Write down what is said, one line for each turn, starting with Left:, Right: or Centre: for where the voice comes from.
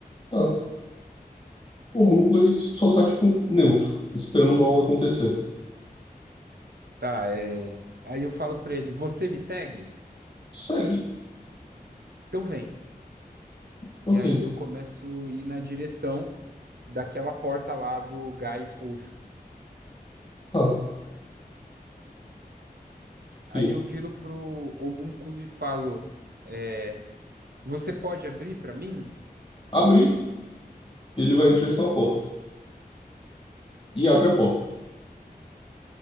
Left: Tá. O homúnculo, ele só tá, tipo, neutro, esperando algo acontecer.
Right: Tá, é. Aí eu falo pra ele: Você me segue?
Left: Segue.
Right: Então vem.
Left: Ok.
Right: E aí eu começo a ir na direção daquela porta lá do gás roxo.
Left: Tá. Ok.
Right: Aí eu viro pro homúnculo e falo: é, Você pode abrir pra mim?
Left: Abrir Ele vai em direção à porta e abre a porta.